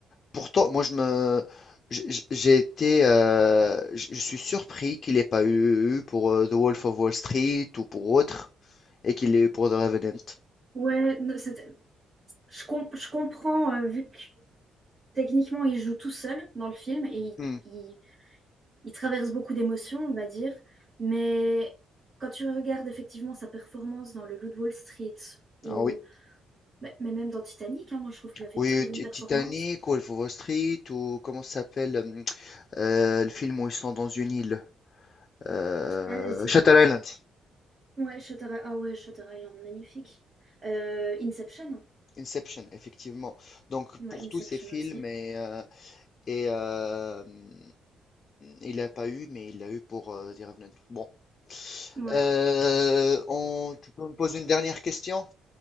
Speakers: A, on the left; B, on the right.
A: Pourtant, moi, je me, j'- j'ai été, euh, j- je suis surpris qu'il n'ait pas eu, eu pour euh, The Wolf of Wall Street ou pour autre, et qu'il l'ait eu pour The Revenant.
B: Ouais, ne- c'était- je, com- je comprends, euh, vu que techniquement, il joue tout seul dans le film et il,
A: Hmm.
B: il- Il traverse beaucoup d'émotions, on va dire, mais quand tu regardes effectivement sa performance dans Le Loup de Wall Street ou
A: Ah oui,
B: mais mais même dans Titanic, hein, moi je trouve qu'il a fait
A: oui,
B: une très bonne
A: Ti-
B: performance.
A: Titanic, Wolf of Wall Street, ou comment ça s'appelle hum, euh, le film où ils sont dans une île, euh,
B: Allez-y.
A: Shutter Island,
B: Ouais, Shutter Island. Ah ouais, Shutter Island, magnifique. Euh, Inception.
A: Inception, effectivement. Donc
B: Ouais,
A: pour
B: Inception
A: tous ces films
B: aussi.
A: et, euh, et euh, hum, il l'a pas eu, mais il l'a eu pour euh, The Revenant. Bon,
B: Ouais.
A: Euh, on- tu peux me poser une dernière question?